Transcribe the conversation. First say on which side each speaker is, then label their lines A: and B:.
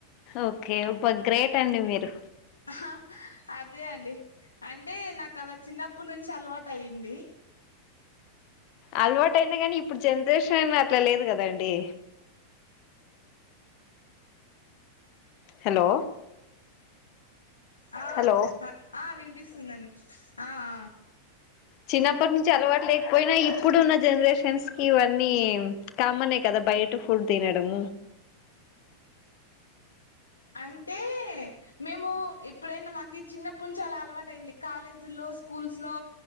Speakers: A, on the left; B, on the left.
A: ఓకే ఫస్ట్ గ్రేట్ అండి మీరు
B: హ అదే అండి అంటే నాకలా చిన్నప్పుడ్ నుంచి అలవాటు అయింది
A: అలవాటయింది గనీ ఇప్పుడు జనరేషన్ అయినా అట్లా లేదు గదాండి హలో
B: ఆ
A: హలో
B: ఆ వినిపిస్తుందండి ఆ ఆ
A: చిన్నప్పడ్ నుంచి అలవాటు లేకపోయినా ఇప్పుడున్న జనరేషన్స్ ఇవన్నీ కామనే కదా బయట ఫుడ్ తినడం
B: అంటే మేము ఎప్పుడైనా మాకీ చిన్నప్పుడ్ నుంచి అలా అలవాటయింది కాలేజీల్లో స్కూల్స్ లో